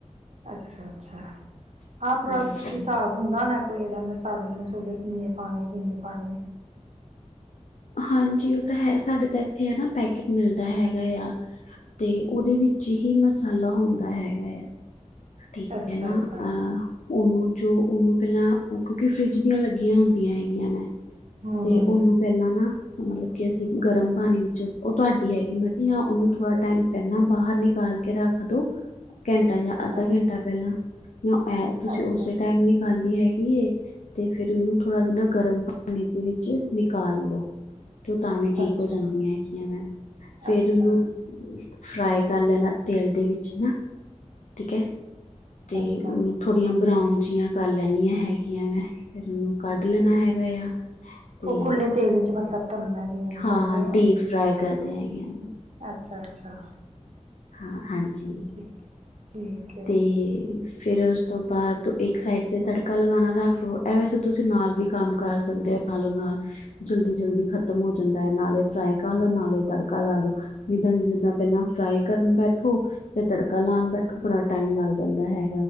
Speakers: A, on the right; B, on the left.
A: ਅੱਛਾ ਅੱਛਾ ਹਾਂ, ਥੋੜਾ
B: ਹਾਂਜੀ
A: ਹਿਸਾਬ ਹੁੰਦਾ ਨਾ ਕੋਈ ਇਹਦੇ ਮਸਾਲੇ ਮਸੂਲੇ ਕਿੰਨੇ ਪਾਣੇ ਕਿੰਨੇ ਪਾ ਪਾਣੀ
B: ਹਾਂਜੀ ਉਹ ਤਾਂ ਹੈ ਸਾਡੇ ਤਾਂ ਇੱਥੇ ਹੈ ਨਾ ਪੈਕਟ ਮਿਲਦਾ ਹੈਗਾ ਆ ਤੇ ਉਹਦੇ ਵਿੱਚ ਹੀ ਮਸਾਲਾ ਹੁੰਦਾ ਹੈਗਾ ਆ। ਠੀਕ
A: ਅੱਛਾ
B: ਹੈ ਨਾ
A: ਅੱਛਾ
B: ਅਹ ਉਹਨੂੰ। ਜੋ ਉਹਨੂੰ ਪਹਿਲਾਂ ਉਹ ਕਿਉਂਕਿ ਫਰਿੱਜ ਦੀਆਂ ਲੱਗੀਆਂ ਹੁੰਦੀਆਂ ਹੈਗੀਆਂ ਮੈਂ
A: ਹਮ
B: ਤੇ
A: ਹਮ
B: ਉਹਨੂੰ ਪਹਿਲਾਂ ਨਾ ਮਤਲਬ ਕਿ ਅਸੀਂ ਗਰਮ ਪਾਣੀ ਵਿੱਚੋਂ ਉਹ ਤੁਹਾਡੀ ਹੈਗੀ ਮਿਰਚ ਜਾਂ ਉਹਨੂੰ ਥੋੜਾ ਟਾਈਮ ਪਹਿਲਾਂ ਬਾਹਰ ਨਿਕਾਲ ਕੇ ਰੱਖ ਦੋ ਘੰਟਾ ਅੱਧਾ
A: ਅੱਛਾ
B: ਘੰਟਾ ਪਹਿਲਾਂ ਜਾਂ ਇਹ ਤੁਸੀਂ
A: ਅੱਛਾ
B: ਉਸੇ ਟਾਈਮ ਨ ਖਾਲੀ ਹੈਗੀ ਗੀਏ ਤੇ ਫੇਿਰ ਉਹਨੂੰ ਥੋੜ੍ਹਾ ਜਿ ਨਾ ਗਰਮ ਪਾਣੀ ਦੇ ਵਿੱਚ ਨਿਕਾਲ ਲੋ ਤੇ ਤਾਂਾਵੇ ਠੀਕ
A: ਅੱਛਾ
B: ਹੋ ਜਾਂਦੀਆਂ ਹੈਗੀਆਂ ਮੈਂ ਫੇਰ
A: ਅੱਛਾ ਅੱਛਾ
B: ਉਹਨੂੰ ਫਰਾਈ ਕਰ ਲੈਣਾ ਤੇਲ ਦੇ ਵਿੱਚ ਨਾ ਠੀਕ ਹੈ ਤੇ
A: ਅੱਛਾ
B: ਉਹਨੂੰ ਥੋੜੀਆਂ ਬਰਾਊਨ ਜਿੀਆਂ ਕਰ ਲੈਦੀੀਆਂ ਹੈਗੀਆਂ ਮੈਂ ਫਿਰ ਉਹਨੂੰ ਕੱਢ ਲੈਣਾ ਹੈਗਾ ਆ ਤੇ
A: ਖੁੱਲੇ ਤੇਲ ਚ ਮਤਲਬ ਤਲਣਾ ਜਿਵੇਂ ਅਸੀਂ
B: ਹਾਂ
A: ਤਲਦੇ
B: ਡਪ ਫਰਾਾਈ ਕਰ ਤੇ ਹੈਗ
A: ਅੱਛਾ ਅੱਛਾ
B: ਹਾਂ ਹਾਂਜੀ
A: ਠੀਕ ਠੀਕ ਹੈ
B: ਤੇ ਫੇਿਰ ਉਸ ਤੋਂ ਬਾਅਦ ਇੱਕ ਸਾਈਡ ਤੇ ਤੜਕਾ ਲਗਾਣਾ ਰੱਖ ਲਓ ਇਹ ਵੈਸੇ ਤੁਸੀਂ ਨਾਲ ਵੀ ਕੰਮ ਕਰ ਸਕਦੇ ਹੋ ਨਾਲੋ ਨਾਲ ਜਲਦੀ ਜਲਦੀ ਖ਼ਤਮ ਹੋ ਜਾਂਦਾ ਹੈ ਨਾਲੇ ਫਰਾਈ ਕਰ ਲ ਲੋ ਨਾਲੇ ਤੜਕਾ ਲਾ ਲਓ ਜਿੱਦਾਂ ਜਿੱਦਾਂ ਪਹਿਲਾਂ ਫਰਾਈ ਕਰਨ ਬੈਠੋ ਫੇਿਰ ਤੜਕਾ ਲਾਉਣ ਬੈਠੋ ਬੜਾ ਟਾਈਮ ਲੱਗ ਜਾਂਦਾ ਹੈ